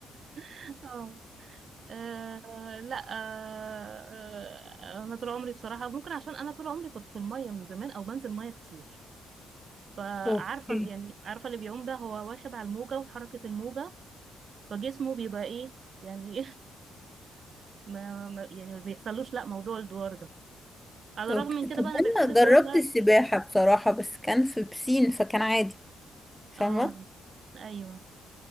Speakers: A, on the right; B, in the centre.
A: <laughs> اه آه، لا آه، آه، انا طول عمري بصراحه ممكن عشان انا طول عمري كنت في الميه من زمان او بنزل ميه كتير فعارفه
B: اوكي
A: يعني عارفه اللي بيعوم ده هو واخد على الموجه وحركه الموجه فجسمه بيبقى ايه يعني <laughs> إيه، ما ما- يعني ما بيحصلوش لا موضوع الدوار ده على
B: اوكي
A: الرغم من كده
B: طب
A: بقى انا
B: انا
A: بيحصل الدوار
B: جربت
A: ده
B: السباحه بصراحه بس كان في بسين فكان عادي فاهمه
A: اه ايوه